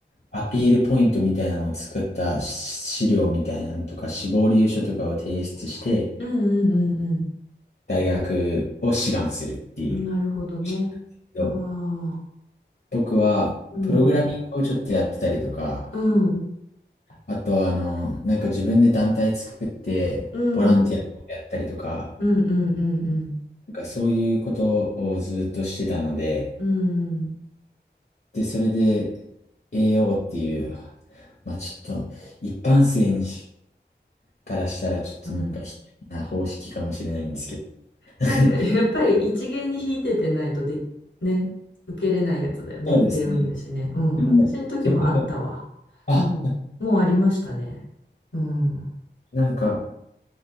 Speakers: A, on the left; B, on the left.
A: アピールポイントみたいなのを作った資料みたいなのとか、志望理由書とかを提出して、
B: うん、うん、うん、
A: 大学を志願するっていう
B: うん。なるほどね。
A: 式なんだけど。
B: ああ、
A: そ僕は、
B: うん、
A: プログラミングをちょっとやってたりとか、
B: うん、
A: あと、あの、なんか自分で団体作って、
B: うん、
A: ボランティアやったりとか、
B: うん、うん、うん、うん、
A: なんかそういうことをずっとしてたので、
B: うん、うん、
A: で、それで、AO っていう、まあちょっと、一般性にからしたらちょっとなんか卑怯な方式かもしれないんですけど。
B: うん、
A: <laughs>
B: なんか、やっぱり一芸に引いててないとで、ね、受けれないやつだよね。
A: そうですね。
B: 栄養入試ね。うん。
A: でも、
B: 私の時もあったわ。
A: 僕が、あ、
B: うん。もうありましたね。うん。
A: なんか、